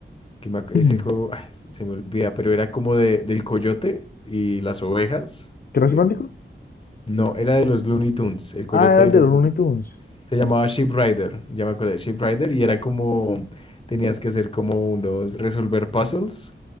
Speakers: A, on the left; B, on the left.
A: que me ac- ese
B: Mm.
A: juego ay, se se me olvida, pero era como de, del coyote y las ovejas.
B: ¿Crash
A: de-
B: Bandicoot?
A: no, era de los Looney Tunes, el coyote
B: Ah, era
A: de
B: de
A: los
B: los
A: Looney
B: Looney
A: Tunes.
B: Tunes.
A: Se llamaba Sheep Rider, ya me acordé, Sheep Rider, y era como, tenías que hacer como unos, resolver puzzles